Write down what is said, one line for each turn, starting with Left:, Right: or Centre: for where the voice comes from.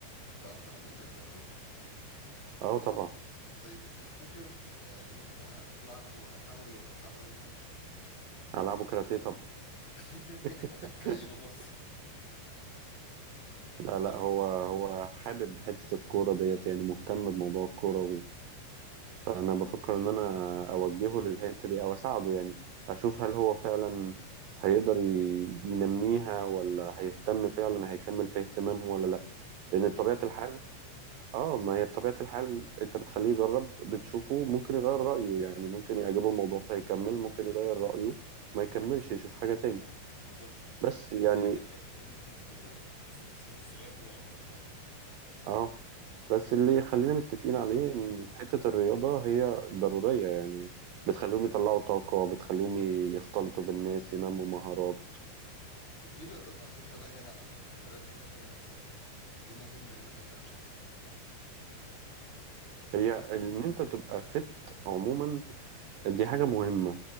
Left: انت انت عندك ابن اصلا
Right: اه طبعا
Left: طيب تفتكر آه، لو انت هتلعبه كوره هتلعبه رياضه هتلعبه رياضه ايه
Right: العبه كاراتيه طبعا
Left: <laughs>
Right: <laughs>
Left: كأي مصري
Right: لا لا
Left: طب
Right: هو هو حابب حتة الكورة ديت يعني مهتم بموضوع الكورة فأنا بفكر إن أنا أوجهه للحتة دي أو أساعده يعني أشوف هل هو فعلا هيقدر ي- ينميها ولا هيهتم فعلا هيكمل فيها اهتمام ولا لأ
Left: ممكن
Right: لأن
Left: تجربه
Right: بطبيعة الحال آه ما هي بطبيعة الحال أنت بتخليه يجرب بتشوفه ممكن يغير رأيه يعني ممكن يعجبه الموضوع فيكمل ممكن يغير رأيه ما يكملش يشوف حاجة تاني
Left: بالظبط اللي هو ان
Right: بس
Left: في
Right: يعني
Left: في اكاديميات كتير ممكن ت... في في السن الصغير بياخدوا الاطفال
Right: اه بس اللي خلينا متفقين عليه ان حتة الرياضة هي ضرورية يعني بتخليهم يطلعوا طاقة بتخليهم يختلطوا بالناس ينموا مهارات
Left: وفي رياضات على فكره لا غنى عنها زي رياضه مثلا كمال الاجسام دي مهمه ليك انت كشخص
Right: هي ان انت تبقى فت عموما دي حاجة مهمة